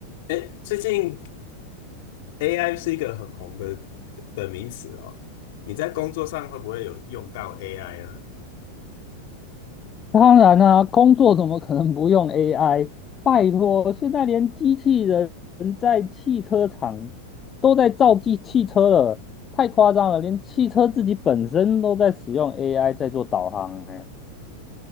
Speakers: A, on the left; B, on the left.
A: 哎，最近 AI 是一个很红的的名词哦。你在工作上会不会有用到 AI 呢？
B: 当然啦、工作怎么可能不用 AI？拜托，现在连机器人在汽车厂都在造汽汽车了，太夸张了！连汽车自己本身都在使用 AI 在做导航、欸，